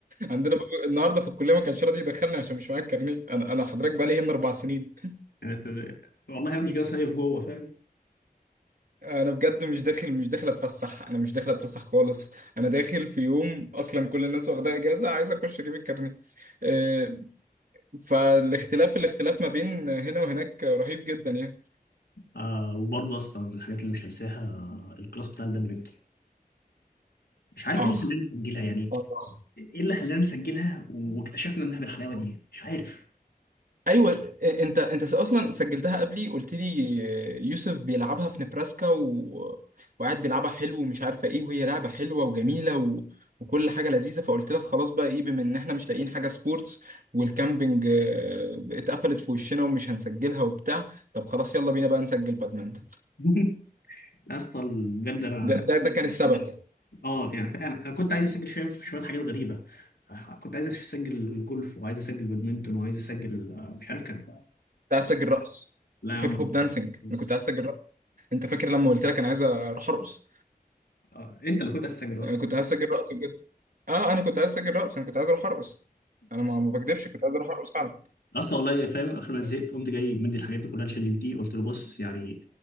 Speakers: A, on the right (about 60°); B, on the left (about 85°).
A: عندنا باب- النهارده في الكليه ما كانش راضي يدخلني عشان مش معايا الكارنيه انا انا حضرتك بقى لي هنا اربع سنين
B: يعني أنت- والله انا مش جاي صيف جوه فاهم
A: انا بجد مش داخل مش داخل اتفسح انا مش داخل اتفسح خالص انا داخل في يوم اصلا كل الناس واخدها اجازه عايز اخش اجيب الكارنيه آه، فالاختلاف الاختلاف ما بين هنا وهناك رهيب جدا يعني
B: آه وبرضه اصلا من الحاجات اللي مش هنساها آه، الكلاس بتاع البادمنتون مش عارف
A: اه
B: ايه اللي خلاني اسجلها يعني
A: اه
B: ايه اللي خلانا نسجلها واكتشفنا انها بالحلاوه
A: آه.
B: دي مش عارف
A: ايوه انت انت اصلا سجلتها قبلي قلت لي يوسف بيلعبها في نبراسكا و... وقاعد بيلعبها حلو ومش عارفه ايه وهي لعبه حلوه وجميله و... وكل حاجه لذيذه فقلت لك خلاص بقى ايه بما ان احنا مش لاقيين حاجه سبورتس والكامبينج آه، اتقفلت في وشنا ومش هنسجلها وبتاع طب خلاص يلا بينا بقى نسجل بادمنت
B: <laughs> يا اسطى بجد انا
A: ده ده, ده كان السبب <laughs>
B: اه يعني فعلا انا كنت عايز اسجل شويه في شويه حاجات غريبه آه، كنت عايز اسجل جولف وعايز اسجل بادمنتون وعايز اسجل آه، مش عارف كان
A: كنت عايز اسجل رقص
B: لا يا عم
A: هيب هوب دانسينج
B: بس
A: انا كنت عايز اسجل انت فاكر لما قلت لك انا عايز اروح ارقص
B: آه، انت اللي كنت عايز تسجل
A: انا كنت عايز اسجل رقص بجد اه انا كنت عايز اسجل رقص انا كنت عايز اروح ارقص انا ما ما بكدبش كنت عايز اروح ارقص فعلا
B: اصلا والله فاهم اخر ما زهقت قمت جاي مدي الحاجات دي كلها لشات جي بي تي قلت له بص يعني